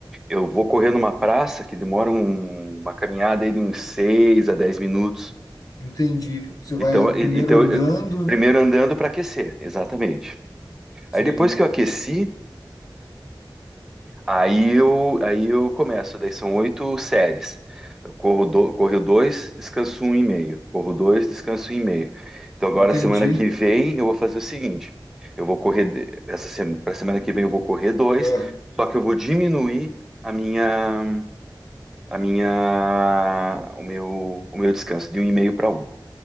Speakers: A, in the centre; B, on the left.
A: eu vou correr numa praça que demora um- uma caminhada aí de uns 6 a 10 minutos.
B: entendi. Você
A: Então,
B: vai
A: e-
B: primeiro
A: então
B: andando,
A: eu- primeiro
B: né?
A: andando para aquecer, exatamente.
B: Sim,
A: Aí depois que eu aqueci, Aí eu, aí eu começo, daí são oito séries. Eu corro, do, corro dois, descanso um e meio. Corro dois, descanso um e meio. Então agora,
B: entendi.
A: semana que vem, eu vou fazer o seguinte: eu vou correr, de- essa semana, para semana que vem, eu vou correr dois,
B: Ah,
A: só que eu vou diminuir a minha, a minha, o meu, o meu descanso de um e meio para um.